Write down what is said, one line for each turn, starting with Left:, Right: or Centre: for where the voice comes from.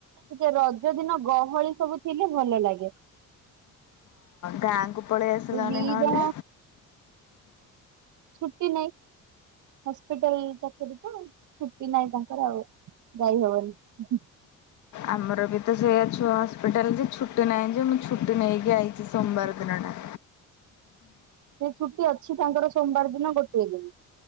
Right: ସେେ ରଜ ଦିନ ଗହଳି ସବୁ ଥିଲେ ଭଲ ଲାଗେ।
Left: ଗାଁ କୁ ପଳେଇ ଆସିଲନି।
Right: ଦିଜଣ
Left: ନହେଲେ।
Right: ଛୁଟି ହସ୍ପିଟାଲ ପାଖରେ ତ ଛୁଟି ନାହିଁ ତାଙ୍କର ଆଉ ଯାଇ ହବନି।
Left: ଆମର ବି ତ ସେଇା ହସ୍ପିଟାଲ ଯେ ଛୁଟି ନାହିଁ ଯେ ମୁ ଛୁଟି ନେଇକି ଆାଇଛି ସୋମବାର ଦନଟା।
Right: ସେ ଛୁଟି ଅଛି ତାଙ୍କର ସୋମବାର ଦିନ ଗୋଟିଏ ଦିନ।